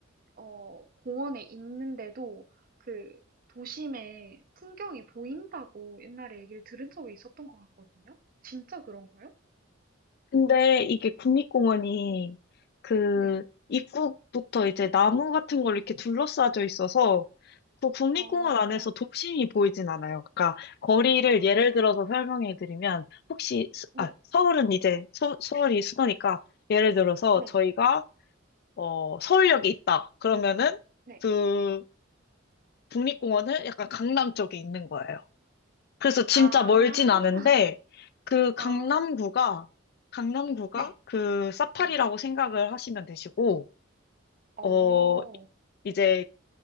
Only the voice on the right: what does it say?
어, 공원에 있는데도 그 도심의 풍경이 보인다고 옛날에 얘기를 들은 적이 있었던 것 같거든요. 진짜 그런가요?
네.
어,
아,
네,
네,
네.
아,
아,
네.
어,